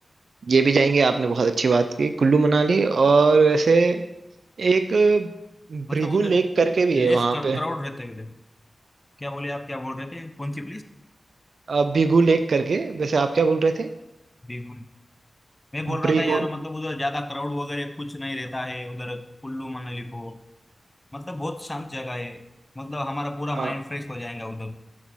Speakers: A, on the right (about 75°); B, on the left (about 25°).
A: ये भी जाएंगे आपने बहुत अच्छी बात की कुल्लू मनाली और वैसे एक
B: मतलब
A: भृगु
B: उधर
A: लेक करके भी
B: लेस
A: है वहां
B: क्राउड
A: पे
B: रहता है उधर क्या बोले आप क्या बोल रहे थे कौन सी
A: अ, भिगु लेक करके वैसे आप क्या बोल रहे थे
B: प्लेस मैं बोल रहा
A: भृगु
B: था यार मतलब उधर ज्यादा क्राउड वगैरह कुछ नहीं रहता है उधर कुल्लू मनाली को मतलब बहुत शांत जगह है मतलब हमारा पूरा
A: हाँ
B: माइंड फ्रेश हो जाएगा उधर